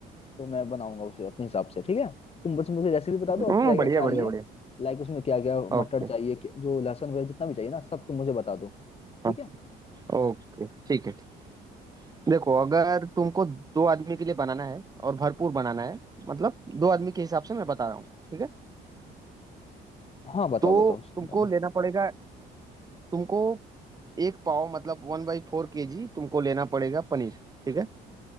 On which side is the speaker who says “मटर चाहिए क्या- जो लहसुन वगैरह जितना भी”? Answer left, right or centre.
Left